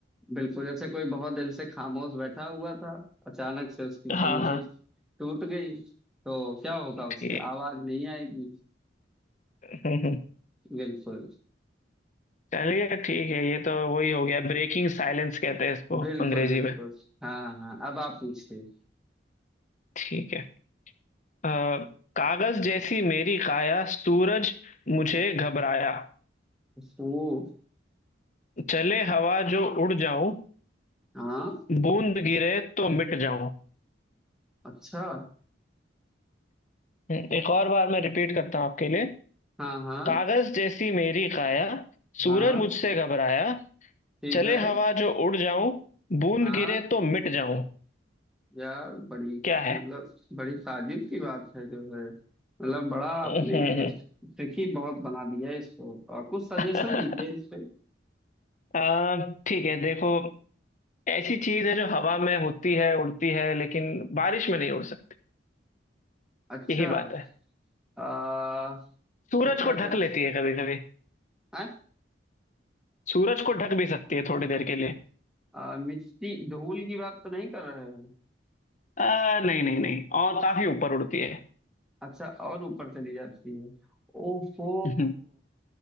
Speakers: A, in the centre; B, on the left.
A: बिल्कुल जैसे कोई बहुत दिन से खामोश बैठा हुआ था अचानक से उसकी खामोशी
B: हाँ हाँ
A: टूट गई तो क्या होगा उससे
B: ठीक
A: आवाज नहीं आएगी
B: हम्म,
A: बिल्कुल
B: चलिए ठीक है ये तो वही हो गया ब्रेकिंग साइलेंस कहते हैं इसको
A: बिल्कुल
B: अंग्रेजी
A: बिल्कुल
B: में
A: हाँ हाँ अब आप पूछिए
B: ठीक है अ, कागज जैसी मेरी काया सूरज मुझे घबराया
A: ओ
B: चले हवा जो उड़ जाऊं
A: हाँ
B: बूंद गिरे तो मिट जाऊं
A: अच्छा
B: हम्म, एक और बार मैं रिपीट करता हूं आपके लिए
A: हाँ हाँ
B: कागज जैसी मेरी काया सूरज
A: हाँ
B: मुझसे घबराया
A: ठीक
B: चले
A: है
B: हवा जो उड़ जाऊं बूंद
A: हाँ
B: गिरे तो मिट जाऊं
A: यार बड़ी
B: क्या है
A: मतलब बड़ी ताजुब की बात है जो है मतलब बड़ा आपने
B: हम्म, हम्म,
A: ट्रिकी बहुत बना दिया है इसको और कुछ सजेशन
B: <laughs> हम्म।
A: दीजिए इस पे
B: आ, ठीक है देखो ऐसी चीज है जो हवा में होती है उड़ती है लेकिन बारिश में नहीं उड़ सकती
A: अच्छा
B: यही बात है
A: आ,
B: सूरज
A: तो क्या
B: को ढक
A: कर
B: लेती है कभी कभी
A: हैं?
B: सूरज को ढक भी सकती है थोड़ी देर के लिए
A: आ, मिट्टी धूल की बात तो नहीं कर रहे हो
B: आ, नहीं नहीं नहीं और काफी ऊपर उड़ती है
A: अच्छा और ऊपर चली जाती है ओफो
B: <laughs>